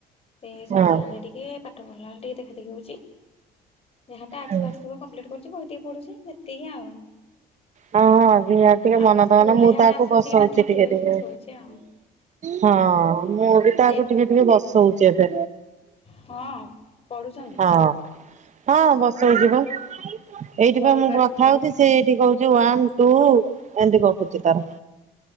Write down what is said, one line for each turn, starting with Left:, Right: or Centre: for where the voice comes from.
Left: ଏଇ ସନ୍ଧ୍ୟା
Right: ହଁ।
Left: ଏଳେ ଟିକେ ପାଠ ପଢିଲା ବେଳେ ଟିକେ ଦେଖା ଦେଖି ହଉଚି। ଯାହାଟା ଟାକ୍ସ
Right: ହଁ
Left: ଫାକ୍ସ ଥିବ କମ୍ପ୍ଲିଟ୍ କରୁଚି ବହି ଟିକେ ପଢ଼ୁଛି ସେତିକି ଆଉ।
Right: ହଁ ହଁ ଦି ଆଡୁ ଟିକେ
Left: ଆଉ
Right: ମନ
Left: ସ୍କୁଲ
Right: ଦବ ନା ମୁଁ
Left: ଇଆଡେ
Right: ତାକୁ
Left: ଆସୁଛି
Right: ବସଉଚି
Left: କି ନା ଥକି
Right: ଟିକେ
Left: ଯାଉଛି
Right: ଟିକେ।
Left: ନା ଶୋଉଛି ଆଉ
Right: ହଁ ଅଁ ମୁଁ ବି ତାକୁ
Left: ଏଇ
Right: ଟିକେ ଟିକେ ବସଉଚି। କିଏ ସେ
Left: ହଁ ପଢୁଛନ୍ତି
Right: ହଁ। ହଁ ବସଉଚି ପା ଏଇଠି
Left: କହିପାରୁଛନ୍ତି
Right: ପା ମୁଁ କଥା
Left: ସବୁ।
Right: ହଉଛି ସେ ଏଇଠି କହୁ ଚି ୱାନ୍‌ ଟୁ ଉ ଏମିତି ଗପୁଚି ତାର।